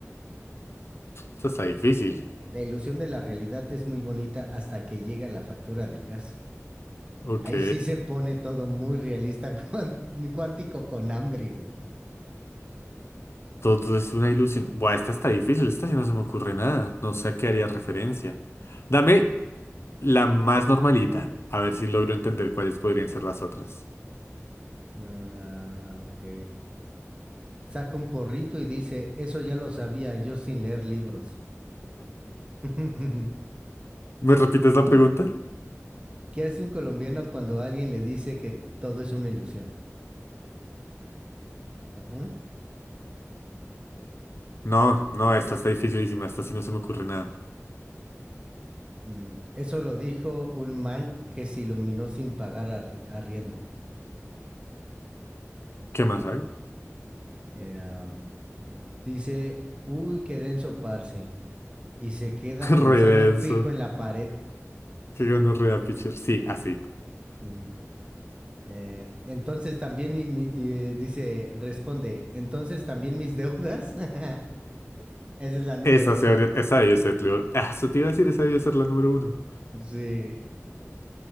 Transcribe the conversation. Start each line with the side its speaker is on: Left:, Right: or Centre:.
Left: Esta está difícil.
Right: La ilusión de la realidad es muy bonita hasta que llega la factura del gas.
Left: Ok.
Right: Ahí sí se pone todo muy realista, <laughs> cuán- cuántico con hambre, güey.
Left: Todo es una ilusión. Buah, esta está difícil. Esta sí no se me ocurre nada. No sé a qué haría referencia. Dame la más normalita. A ver si logro entender cuáles podrían ser las otras.
Right: Ah, ok. Saca un porrito y dice, eso ya lo sabía yo sin leer libros. <laughs>
Left: ¿Me repites la pregunta?
Right: ¿Qué hace un colombiano cuando alguien le dice que todo es una ilusión? Ujú.
Left: No, no, esta está dificilísima. Esta sí no se me ocurre nada.
Right: Mm, eso lo dijo un man que se iluminó sin pagar ar- arriendo.
Left: ¿Qué más hay?
Right: Eh, ah, dice, uy, qué denso, parce, y se queda
Left: <laughs>
Right: pensando
Left: Re denso.
Right: fijo en la pared.
Left: Qué gonorrea, pichir. Sí, así.
Right: Ujú. Eh, entonces también, y mi- y, eh, dice, responde, entonces también mis deudas. <laughs> Esa es la número
Left: Esa,
Right: uno.
Left: se habría- esa debió ser, Leo. Ah, Eso te iba a decir, esa debió ser la número uno.
Right: Sí,